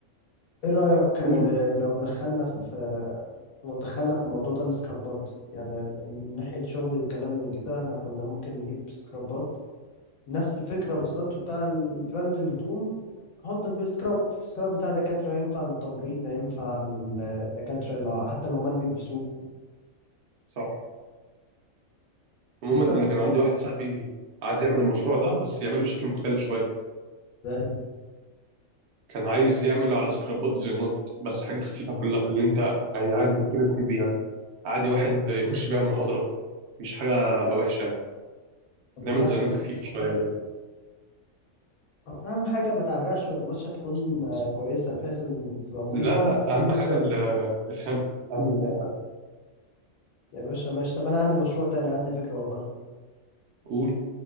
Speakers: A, on the left; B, on the right.
A: ايه رايك آه،
B: قولوا
A: لو دخلنا في آه، لو دخلنا في الموضوع ده السكرابات يعني من ناحية شغلي وكلام من كده احنا كنا ممكن نجيب سكرابات نفس الفكرة بالظبط بتاع البراند الهدوم حط في سكراب سكراب بتاع دكاترة ينفع للتمريض ينفع للدكاترة لو حتى لو ما بيلبسوه
B: صح عموما
A: نستخدمه
B: انا كان عندي واحد صاحبي عايز يعمل المشروع ده بس يعمله بشكل مختلف شويه
A: ازاي
B: كان عايز يعمل على سكرابات ديزاينات بس حاجات خفيفه كلها اللي انت يعني عادي الدكتور يدخل بيها عادي واحد يخش بيها المحاضره مش حاجه وحشه يعني
A: طب
B: نعمل
A: والله
B: ديزاينات
A: حلو.
B: خفيفه شويه
A: أهم حاجة ما تعرقش والقماشة تكون
B: يعني
A: آه، كويسة بحيث إن تبقى مريح
B: لا
A: يعني
B: لا اهم حاجه ال- الخام اهم من اي حاجه
A: يا باشا ماشي طب أنا عندي مشروع تاني عندي فكرة والله
B: قول